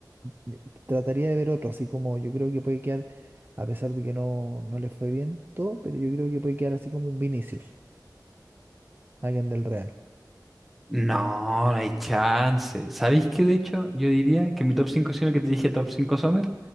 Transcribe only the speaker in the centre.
No, no hay chance. ¿Sabéis qué? De hecho, yo diría que mi top 5, sino que te dije top 5, Sommer,